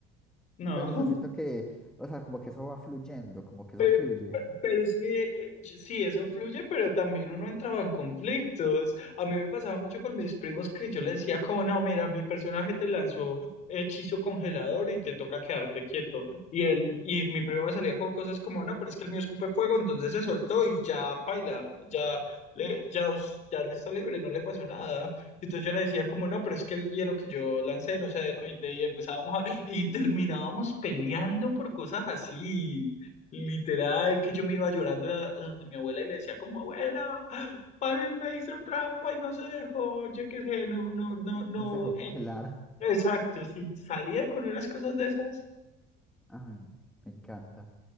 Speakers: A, on the left (about 40°); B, in the centre.
A: No.
B: Pues, o sea, siento
A: <laughs>
B: que, o sea, como que eso va fluyendo, como que
A: Pero,
B: eso fluye,
A: pero es que eh, sí, eso fluye, pero también uno entraba en conflictos. A mí me pasaba mucho con mis primos que yo les decía como, no, mira, mi personaje te lanzó hechizo congelador y te toca quedarte quieto. Y él, y mi primo me salía con cosas como, no, pero es que el mío escupe fuego, entonces se soltó y ya paila, ya le, ya, us- ya le está libre, no le pasó nada. Y Entonces yo le decía como, no, pero es que el hielo que yo lancé no se derrite y empezábamos a, y terminábamos peleando por cosas así. Literal, que yo me iba llorando a a donde mi abuela y le decía como, abuela, paren, me hizo trampa y no se dejó, yo qué sé, no, no, no, no.
B: no se dejó congelar.
A: eh, Exacto, sí, salía con unas cosas de esas.
B: Ay, me encanta.